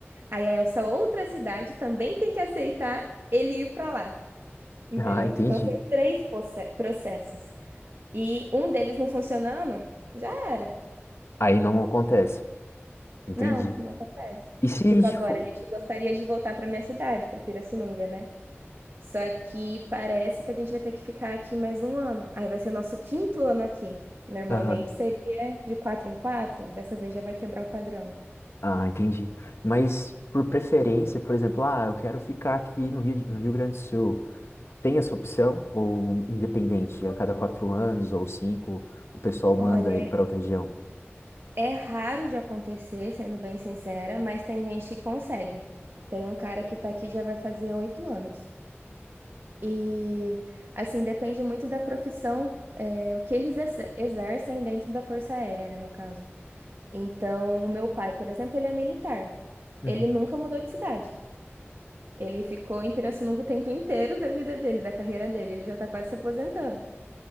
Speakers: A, on the right; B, on the left.
A: Aí é essa outra cidade também tem que aceitar ele ir para lá, entendeu?
B: Ah, entendi.
A: Então são três posse- processos. E um deles não funcionando, já era.
B: Aí não acontece. Entendi.
A: Não, não acontece.
B: E se,
A: Tipo,
B: tipo.
A: agora a gente gostaria de voltar para minha cidade, para Pirassununga, né? Só que parece que a gente vai ter que ficar aqui mais um ano. Aí vai ser o nosso quinto ano aqui. Normalmente
B: Aham.
A: seria de quatro em quatro, dessa vez já vai quebrar o padrão.
B: Ah, entendi. Mas por preferência, por exemplo, ah, eu quero ficar aqui no Rio, de- no Rio Grande do Sul. Tem essa opção? Ou independente, a cada quatro anos ou cinco, o pessoal
A: Olha,
B: manda ele para outra região?
A: É raro de acontecer, sendo bem sincera, mas tem gente que consegue. Tem um cara que tá aqui já vai fazer oito anos. E, assim, depende muito da profissão, é, o que eles ex- exercem dentro da Força Aérea, né, no caso. Então, o meu pai, por exemplo, ele é militar.
B: Uhum,
A: Ele nunca mudou de cidade. Ele ficou em Pirassununga o tempo inteiro da vida dele, da carreira dele. Ele já tá quase se aposentando.